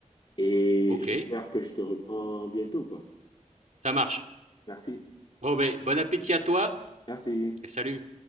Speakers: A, on the left (about 40°); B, on the right (about 70°).
A: Et
B: OK,
A: j'espère que je te reprends bientôt, quoi.
B: ça marche.
A: Merci.
B: Bon ben bon appétit à toi
A: Merci.
B: et salut.